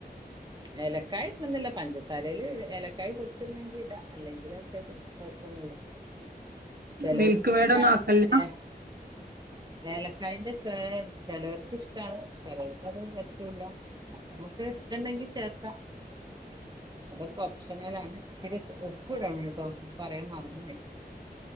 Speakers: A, on the right; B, on the right.
A: ഏലക്കായി ഇടണന്നില്ല പഞ്ചസാരയില് ഏലക്കായി പൊട്ച്ടണെങ്കി ഇടാ അല്ലെങ്കിൽ ഒന്നുല്ല ചെലോര്ക്ക്
B: മിൽക്ക് മെയ്ഡ്
A: ഇഷ്ടാണ്
B: ഒന്നും ആക്കലില്ല
A: ഏഹ് ഏലക്കായിന്റെ ചൊയ ചേലോര്ക്ക് ഇഷ്ടാണ്. ചേലോൽക്ക് അത് പറ്റൂല്ല. അപ്പ മ്മക്ക് ഇഷ്ടണ്ടെങ്കി ചേർക്കാ അതൊക്കെ ഒപ്ഷനലാണ് ഇത്തിരി ഉപ്പ്ടണട്ടോ പറയാൻ മറന്ന് പോയി.